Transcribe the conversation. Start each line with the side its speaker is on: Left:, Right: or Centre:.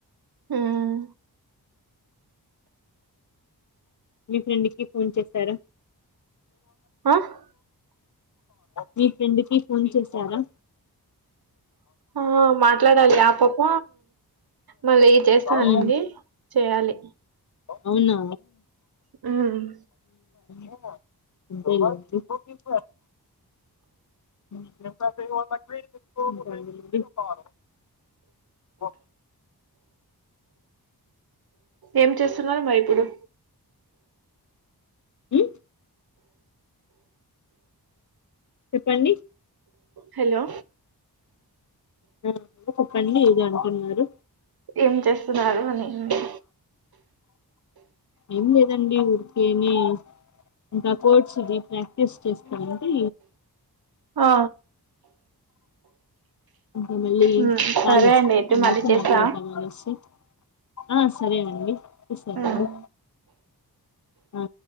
Right: మ్మ్
Left: మీ ఫ్రెండ్కీ ఫోన్ చేసార
Right: ఆ
Left: మీ ఫ్రెండ్కి ఫోన్ చేశారా
Right: అ మాట్లాడాలి అ పాప మళ్ళీ చేస్తా అనింది
Left: మ్మ్
Right: చేయాలి
Left: అవునా
Right: హ్మ్
Left: <inaudible> <inaudible> ఆ
Right: ఏం చేస్తున్నారు మరి ఇప్పుడు
Left: హ్మ్ చెప్పండి
Right: హలో
Left: అ చెప్పండి ఏదో అంటున్నారు
Right: ఏం చేస్తున్నారు అని అండి
Left: ఎం లేదండి ఊరికేనే ఇంకా కోడ్స్ ది ప్రాక్టీస్ చేస్తానంటే
Right: ఆ
Left: ఇంక మళ్ళీ
Right: ఉమ్
Left: కాలస్
Right: సరే అండి అయితే
Left: అ ముక్కు
Right: మళ్ళీ చేస్తా
Left: మాట్లాడాతను అనేసి ఆ సరేనండి తీస్తే
Right: ఉమ్
Left: అండి ఆ